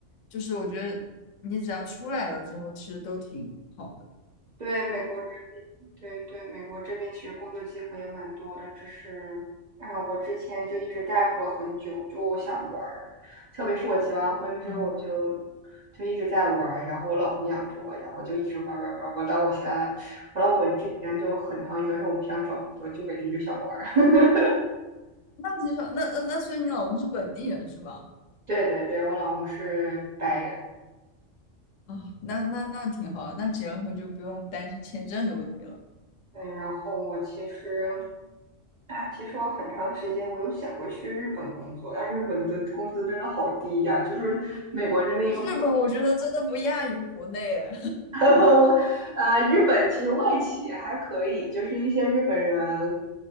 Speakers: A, on the left; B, on the right.
A: 就是我觉得你只要出来了之后，其实都挺好的。
B: <laughs> 对，美国。对对，美国这边其实工作机会也蛮多的，只是啊，我之前就一直 gap 了很久，就我想玩儿，特别是我结完婚之后，
A: 嗯，
B: 我就就一直在玩儿，然后我老公养着我，然后就一直玩儿玩儿玩儿，我到我现在，我到我之前就很长一段时间我不想找工作，就每天就想玩儿。<laughs>
A: 那挺少，那那所以你老公是本地人是吧？
B: 对对对，我老公是白人，
A: 哦，那那那挺好，那结了婚就不用担心签证的问题了。
B: 嗯，然后我其实，哎，其实我很长时间我有想过去日本工作，但日本的工资真的好低呀，就是美国这边一个普
A: 日本我觉得真的不亚于国内啊
B: <laughs> 我呃，日本其实外企还可以，就是一些日本人，